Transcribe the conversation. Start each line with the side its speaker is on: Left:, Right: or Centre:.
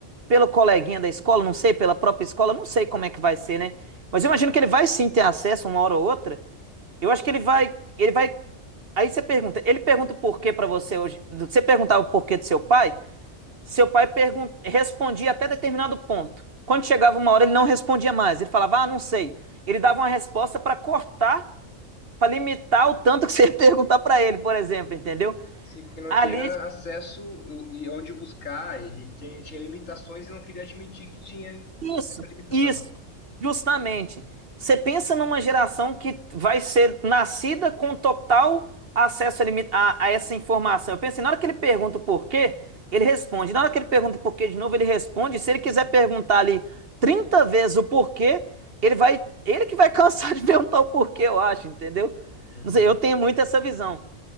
Right: pelo coleguinha da escola, não sei, pela própria escola, não sei como é que vai ser, né? Mas eu imagino que ele vai sim ter acesso uma hora ou outra. Eu acho que ele vai, ele vai. Aí você pergunta, ele pergunta o porquê pra você hoje. Você perguntava o porquê do seu pai, seu pai pergun- respondia até determinado ponto. Quando chegava uma hora, ele não respondia mais. Ele falava, ah, não sei. Ele dava uma resposta para cortar para limitar o tanto que você <laughs> ia perguntar para ele, por exemplo, entendeu?
Left: sim, porque não
Right: Ali,
Left: tinha acesso e e onde buscar, e tinha, tinha limitações e não queria admitir que tinha
Right: Isso.
Left: essa limitação.
Right: isso, justamente. Você pensa numa geração que vai ser nascida com total acesso a, limi- a- a essa informação. Eu penso, na hora que ele pergunta o porquê, ele responde. Na hora que ele pergunta o porquê de novo, ele responde. Se ele quiser perguntar ali 30 vezes o porquê, ele vai, ele que vai cansar <laughs> de perguntar o porquê, eu acho, entendeu?
Left: Uhum.
Right: Não sei, eu tenho muito essa visão.